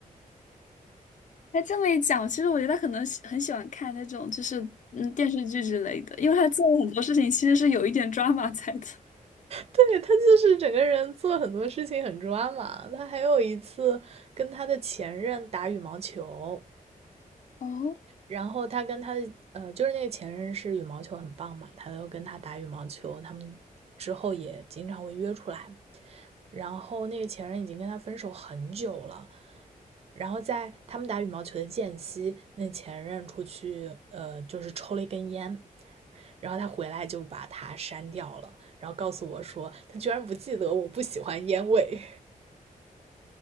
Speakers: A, on the left; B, on the right.
A: <laughs> 哎，这么一讲，其实我觉得他可能喜很喜欢看那种就是嗯电视剧之类的，因为他做了很多事情其实是有一点 drama 在的。
B: 对，他就是整个人做很多事情很抓马。他还有一次跟他的前任打羽毛球。
A: 哦，
B: 然后他跟他的呃，就是那个前任是羽毛球很棒嘛，他都跟他打羽毛球，他们之后也经常会约出来。然后那个前任已经跟他分手很久了，然后在他们打羽毛球的间隙，那前任出去呃，就是抽了一根烟，然后他回来就把他删掉了，然后告诉我说他居然不记得我不喜欢烟味。